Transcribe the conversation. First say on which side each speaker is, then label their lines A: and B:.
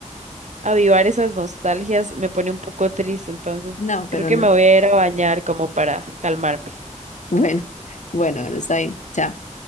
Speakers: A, on the right; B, on the left.
A: avivar esas nostalgias me pone un poco triste, entonces
B: No, pero
A: creo que
B: no.
A: me voy a ir a bañar como para calmarme.
B: <laughs> Bueno, bueno, bueno, está bien. Chao.